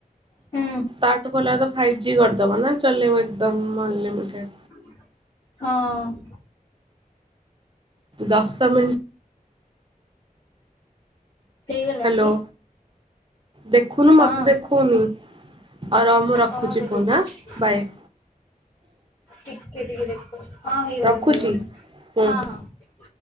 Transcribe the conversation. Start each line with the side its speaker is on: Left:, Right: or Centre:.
Left: ହୁଁ
Right: ତାଠୁ ଭଲ ଫାଇଭ ଜି କରିଦବ ନା ଚଲେଇବ ଏକଦ ଅନଲିମିଟେଡ।
Left: ହଁ
Right: ଦଶ ମିିନଟ।
Left: ହେଇ ଗଲାଣି
Right: ହ୍ୟାଲୋ
Left: କି?
Right: ଦେଖୁନୁ
Left: ହଁ।
Right: ମତେ ଦେଖଉନି ହଉ ରଅ ମୁଁ ରଖୁଛି
Left: ଓହୋ ଦେଖଉଛି
Right: ଫୋନ
Left: ଦେଖୁଛି
Right: ହାଁ ବାଇ।
Left: ଟିକେ ଟିକେ। ହଁ ହେଇଗଲାଣି
Right: ରଖୁଛି
Left: ହେଇଗଲାଣି
Right: ହୁଁ।
Left: ହଁ ହଁ